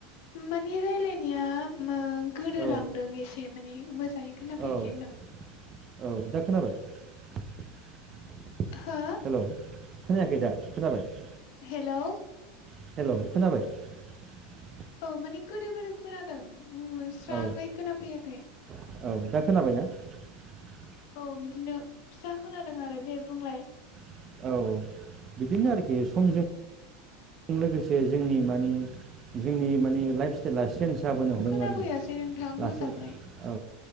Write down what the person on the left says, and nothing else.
मानि रायलायनाया ओ गोदोलांदों
एसे माने मोज दायो खोननाफैखै
आंनाव
हो
हेलौ
औ माने गोदो गोदो खोनादों ओं स्राङै
खोनाफैयाखै
औ बिदिनो फिसा खोनादों आरो दे बुंलाय
खोनाफैयासै
नोंथां
मोजाङै